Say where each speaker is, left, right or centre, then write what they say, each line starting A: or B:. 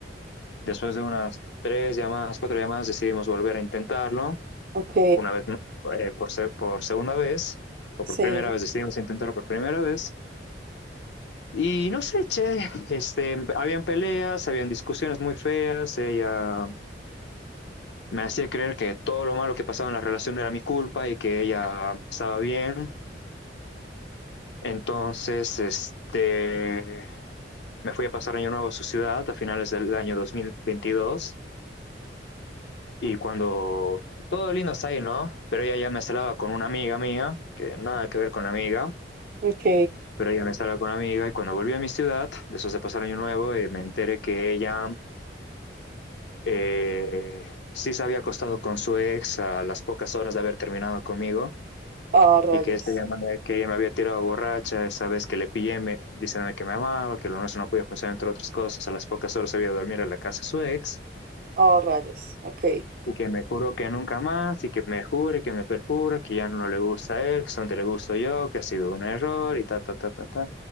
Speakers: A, on the left (about 75°); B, on the right (about 55°).
A: después de unas tres llamadas, cuatro llamadas, decidimos volver a intentarlo.
B: ok,
A: Una vez, eh, por, se- por segunda vez, o
B: sí,
A: por primera vez, decidimos intentarlo por primera vez. Y no sé, che, este, habían peleas, habían discusiones muy feas, ella me hacía creer que todo lo malo que pasaba en la relación era mi culpa y que ella estaba bien. Entonces, este, me fui a pasar Año Nuevo a su ciudad a finales del año 2022 y cuando todo lindo está ahí, ¿no? Pero ella ya me instalaba con una amiga mía, que nada que ver con la amiga,
B: ok.
A: pero ella me instalaba con la amiga y cuando volví a mi ciudad, después de pasar Año Nuevo, eh, me enteré que ella eh, sí se había acostado con su ex a las pocas horas de haber terminado conmigo
B: Ah, rayos,
A: y que, este, que ella me había tirado borracha esa vez que le pillé me, diciéndome que me amaba, que lo nuestro no podía funcionar entre otras cosas, a las pocas horas había de dormir a la casa de su ex
B: ah, rayos, ok.
A: y que me juró que nunca más, y que me jure, que me perjure, que ya no le gusta a él, que solamente le gusto yo, que ha sido un error, y ta, ta, ta, ta, ta.